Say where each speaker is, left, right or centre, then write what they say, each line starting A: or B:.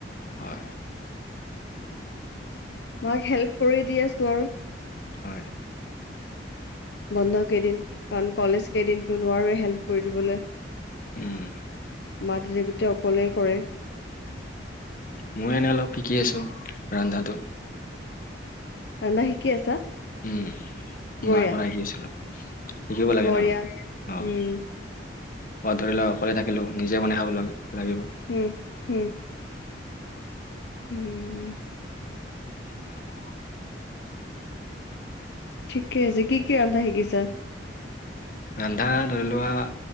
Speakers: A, on the left (about 45°); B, on the left (about 65°).
A: হয়',
B: মাক হেল্প কৰি দি আছোঁ আৰু',
A: হয়',
B: বন্ধ কেইদিন, কাৰণ কলেজ কেইদিনটো নোৱাৰোৱেই হেল্প কৰি দিবলৈ',
A: উম,
B: মা দেৱীটো অকলেই কৰে',
A: মই এনে অলপ শিকি আছোঁ ৰান্ধাটো',
B: ৰান্ধা শিকি আছা?
A: উম',
B: বঢ়িয়া
A: মাৰ পৰাই শিকি আছিলোঁ', শিকিব লাগে
B: বঢ়িয়া
A: ন, অ',
B: উম
A: ক'ৰবাত ধৰি লোৱা অকলে থাকিলোঁ, নিজে বনাই খাব লাগ', - লাগিব',
B: হোম', -হোম', উমমম',
A: <unintelligible>
B: ঠিকে আছে, কি - কি ৰান্ধা শিকিছা?
A: ৰান্ধা, ধৰি লোৱা',